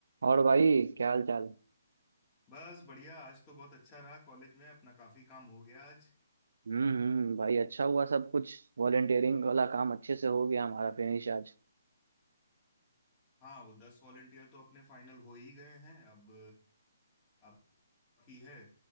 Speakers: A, on the right; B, on the left.
A: और भाई क्या हाल चाल
B: बस बढ़िया आज तो बहुत अच्छा रहा कॉलेज में अपना काफी काम हो गया आज
A: हम्म हम्म भाई अच्छा हुआ सब कुछ वॉलेंटियरिंग वाला काम अच्छे से हो गया हमारा फिनिश आज
B: हाँ वो दस वॉलेंटियर तो अपने फाइनल हो ही गए हैं अब अ, अब बाकी है